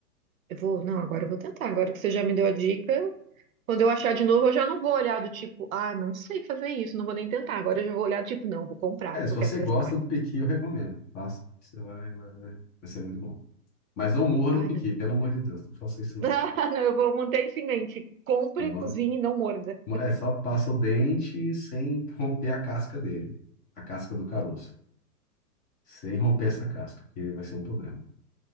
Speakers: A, on the right (about 60°); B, on the left (about 15°).
A: Eu vou, não, agora eu vou tentar. Agora que você já me deu a dica, quando eu achar de novo, eu já não vou olhar do tipo, ah, não sei fazer isso, não vou nem tentar. Agora eu já vou olhar do tipo, não, vou comprar,
B: É,
A: porque
B: se você
A: eu quero testar.
B: gosta do piqui, eu recomendo. Faça. Você vai, vai, vai. Vai ser muito bom. Mas não morda
A: Ah,
B: o piqui,
A: não.
B: pelo
A: <laughs>
B: amor de Deus, não faça isso não,
A: Ah, Não, eu vou manter isso em mente. Compre,
B: tá bom?
A: cozinhe e não morda.
B: Mo- É, só passa o dente sem romper a casca dele, a casca do caroço.
A: Tá,
B: Sem romper
A: tá.
B: essa casca, porque vai ser um problema.